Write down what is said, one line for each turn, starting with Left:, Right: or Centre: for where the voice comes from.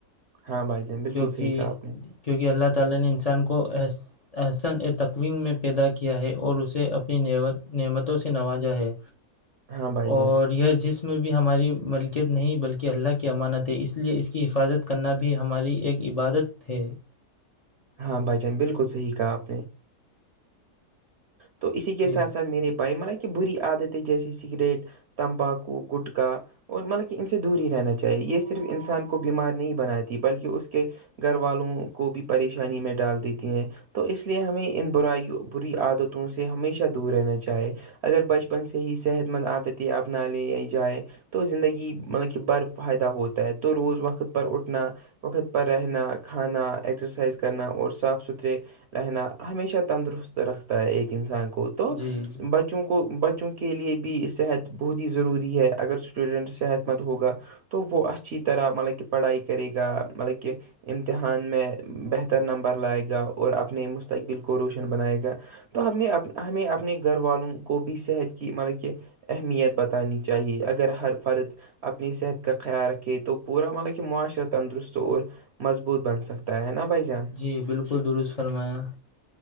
Right: ہاں بھائی جان بالکل
Left: کیونکہ
Right: صحیح کہا آپ نے
Left: کیونکہ اللہ تعن انسان کوس احسن ا تکوین میں پیدا کیا ہے اور اسے اپنی نعمتوں سے نوازا ہے
Right: ہاں بھائی جان
Left: اور یہ جس میں بھی ہماری ملکیت نہیں بلکہ اللہ کی امانت ہے اس لیے اس کی حفاظت کرنا بھی ہماری ایک عبادت ا تھے
Right: ہاں بھائی جان بالکل صح کہا آپ نے تو اسی کے
Left: جی
Right: ساتھ سھ میرے بھائی مان کہ بری عادتیں جیسے سگریٹ تمباکو گٹکا اور مطلب کہ ان سے دور ہی رہنا چاہیے یہ صرف انسان کو بیمار نہیں بناتی بلکہ اس کے گھر والوں کو بھی پریشانی میں ڈال دیتی ہیں تو اس لیے ہمیں ان برائی بری عد تو تم اس سے ہمیشہ دور رہنا چاہے اگر بچپن سے ہی صحت مند عادت اپنا لے یا جائے تو زندگی مطلب کہ بر فائدہ ہوتا ہے تو روز وقت پر اٹھنا وقت پر رہنا کھانا ایکسرسائز کرنا اور صاف ستھرے رہنا ہمیشہ تندرست رکھتا ہے ایک انسان کو
Left: جی
Right: تو
Left: جی
Right: بچوں کو بچوں کے لیے بھی صحت بہت ہی ضروری ہے اگر اسٹوڈنٹ صحت مند ہوگا تو وہ اچھی طرح مطلب کہ پڑھائی کرے گا مطلب کہ امتحان میں بہتر نمبر لائے گا اور اپنے مستقبل کو روشن بنائے گا تو ہم نے ہمیں اپنے گھر والوں کو بھی صحت کی مطلب کہ اہمیت بتانی چاہیے چاہیے اگر ہر فرد اپنی صحت کا خیال رکھھیے تو پورا مطلب کہ معاشرہ تندرست اور مضبوط بن سکتا ہے نا بھائی جان
Left: جی بالکل درست فرمایا